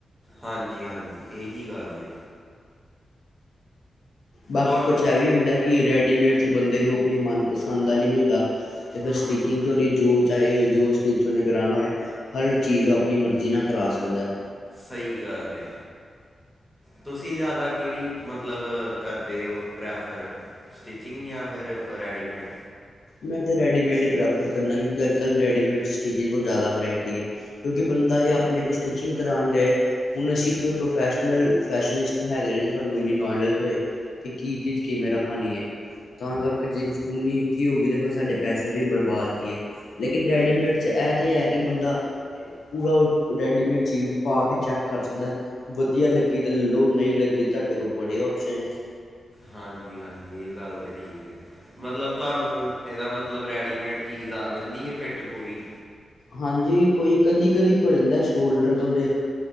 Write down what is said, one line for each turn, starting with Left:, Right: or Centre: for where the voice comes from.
Centre: ਹਾਂਜੀ- ਹਾਂਜੀ ਏਹੀ ਗੱਲ ਏ।
Left: ਬਾਕੀ
Centre: ਤੁਹਾਨੂੰ
Left: ਕੁਛ ਇਹ ਵੀ ਹੁੰਦਾ ਕਿ ਰੈਡੀਮੇਡ 'ਚ ਬੰਦੇ ਨੂੰ ਆਪਣੀ ਮਨਪਸੰਦ ਦਾ ਨੀ ਮਿਲਦਾ। ਤੇ ਫਿਰ
Centre: ਹੂੰ
Left: ਸਟਿਚਿੰਗ ਤੁਹਾਡੀ ਜੋਰ। ਚਾਹੇ ਉਹ ਜੋ ਸਟਿਚ ਉਹਨੇ ਕਰਾਨਾ ਹੋਵੇ ਹਰ ਚੀਜ਼ ਉਹ ਆਪਣੀ ਮਰਜ਼ੀ ਨਾਲ ਕਰਾ ਸਕਦਾ।
Centre: ਸਹੀ ਗੱਲ ਏ। ਤੁਸੀਂ ਜ਼ਿਆਦਾ ਕਿਹੜੀ ਮਤਲਬ ਕਰਦੇ ਓ ਪ੍ਰੈਫਰ? ਸਟਿਚਿੰਗ ਯਾਂ ਫਿਰ ਰੈਡੀਮੇਡ?
Left: ਮੈਂ ਤਾਂ ਰੈਡੀਮੇਡ ਹੀ ਪ੍ਰੈਫਰ ਕਰਨਾ, ਕਿਉਂਕਿ ਅੱਜ ਕੱਲ ਰੈਡੀਮੇਡ ਚ ਸਟਿਚਿੰਗ ਤੋਂ ਜਾਦਾ ਵਰਾਇਟੀ ਏ। ਕਿਉਂਕਿ ਬੰਦਾ ਜੇ ਆਪਣੇ ਕੋ ਸਟਿਚਿੰਗ ਕਰਾਉਣ ਜਾਏ, ਹੁਣ ਅਸੀ ਕੋਈ ਪ੍ਰੋਫੈਸ਼ਨ। ਦੇਖੋ ਜੀ ਫੈਸ਼ਨਿਸਤ ਤੇ ਹੈਗੇ ਨੇ ਸਾਨੂੰ ਇੰਨੀ ਨੌਲੇਜ ਏ। ਕੀ ਚੀਜ਼ ਕਿਵੇਂ ਰਖਾਣੀ ਐ, ਤਾਂ ਕਰਕੇ ਜੇ ਕੁਝ ਉਨੀ ਕੀ ਹੋ ਗਿਆ ਦੇਖੋ ਸਾਡੇ ਪੈਸੇ ਵੀ ਬਰਬਾਦ ਦੀਏ ਲੇਕਿਨ ਰੈਡੀਮੇਡ ਚ ਇਹ ਤੇ ਇਹ ਹੈ ਕਿ ਬੰਦਾ ਪੂਰਾ ਰੈਡੀਮੇਡ ਚੀਜ਼ ਪਾ ਕੇ ਚੈੱਕ ਕਰ ਸਕਦਾ। ਵਧੀਆ ਲੱਗੀ ਤੇ ਲੈਲੋ ਨਹੀਂ ਲੱਗੀ ਤੁਹਾਡੇ ਕੋਲ ਬੜੇ ਓਪਸ਼ਨ ਨੇ।
Centre: ਹਾਂਜੀ- ਹਾਂਜੀ ਇਹ ਗੱਲ ਤਾਂ ਠੀਕ ਹੈ। ਮਤਲਬ ਤੁਹਾਨੂੰ ਇਹਦਾ ਮਤਲਬ ਰੈਡੀਮੇਡ ਚੀਜ਼ ਆ ਜਾਂਦੀ ਹੈ। ਫਿੱਟ ਪੂਰੀ?
Left: ਹਾਂਜੀ, ਕੋਈ ਕਦੀ -ਕਦੀ ਹੋ ਜਾਂਦਾ ਸ਼ੋਲਡਰ ਤੋਂ ਜੇ